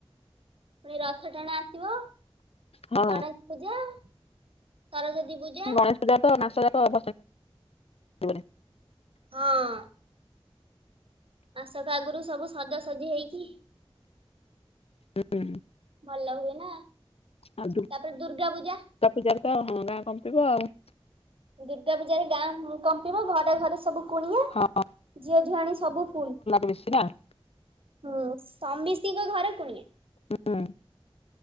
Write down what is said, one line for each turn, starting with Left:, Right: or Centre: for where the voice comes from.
Right: ପୁଣି ରଥ ଟଣା ଆସିବ।
Left: ହଁ।
Right: ଗଣେଶ ପୂଜା ସରସ୍ଵତୀ ପୂଜା।
Left: ଗଣେଶ ପୂଜାଟ ମାସ ଯାକ <inaudible> ସରିବନି।
Right: ହଁ। ମାସକ ଆଗରୁ ସବୁ ସଜାସଜି ହେଇକି
Left: ହୁଁ।
Right: ଭଲ ହୁଏ ନା।
Left: ଆ
Right: ତାପରେ ଦୁର୍ଗା ପୂଜା
Left: ତା <inaudible> ପୂଜାରେ ତ ହଁ ଗାଁ କମ୍ପିବ ଆଉ
Right: ଦୁର୍ଗା ପୂଜାରେ ଗାଁ କମ୍ପିବ ଘରେ ଘରେ ସବୁ କୁଣିଆ
Left: ହଁ
Right: ଝିଅଝୁଆଣୀ ସବୁ ଫୁଲ୍।
Left: ବେଶୀ ନା <inaudible>
Right: ହୁଁ ସମିସ୍ତିଙ୍କ ଘରେ କୁଣିଆ।
Left: ହୁଁ।